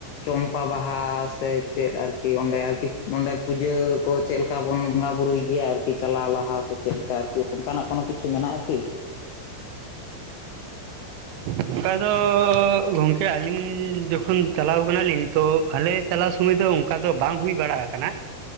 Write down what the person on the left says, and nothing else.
ᱪᱚᱢᱯᱟ ᱵᱟᱦᱟ ᱥᱮ ᱪᱮᱫ ᱟᱨᱠᱤ ᱚᱸᱰᱮ ᱟᱨᱠᱤ ᱚᱸᱰᱮ ᱯᱩᱡᱟᱹ ᱠᱚ ᱪᱮᱫᱠᱟ ᱪᱮᱫᱠᱟ ᱵᱚᱱ ᱵᱚᱸᱜᱟ ᱵᱩᱨᱩᱭ ᱜᱮᱭᱟ ᱟᱨᱠᱤ ᱪᱟᱞᱟᱣ ᱞᱟᱦᱟ ᱥᱮ ᱪᱮᱫ ᱞᱮᱠᱟ ᱟᱨᱠᱤ ᱚᱱᱠᱟᱱᱟᱜ ᱠᱳᱱᱳ ᱠᱤᱪᱷᱩ ᱢᱮᱱᱟᱜᱼᱟ ᱠᱤ